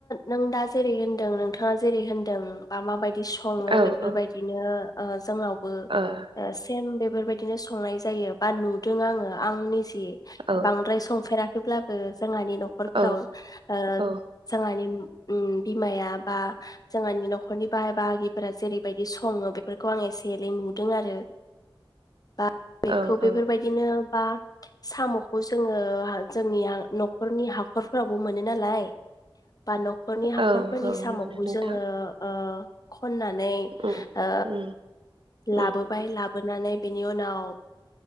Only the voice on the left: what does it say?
नों दा जेरै नोंथाङा जेरैदों बा म बाय संओ
बेफोरबायदिनो
ओ जोंनावबो
सेम बेफोरबायदिनो संनाय जायो बा नु आङो आंनि जि
बांद्राय संफेराखै थेब्लाबो जोंहानि न'खर फोराव
ओ
जोंङानि ओम बिमाया बा जोंहानि नखरनि बाहाय बाहागिफोरा जेरैबायदि सङो बेफोरखौ आं एसे एनै नुदों आरो बा बेखौ
बेफोर
बायदिनो बा साम'खौ जोङो जोंनिया नखरनि हख हाखरफोरावबो मोनो नालाय बा न'खरनि हाखरफोरनि
सामखौ
जोङो ओ खननानै
ओ
लाबोबाय
लाबो लाबोनानै बिनि उनाव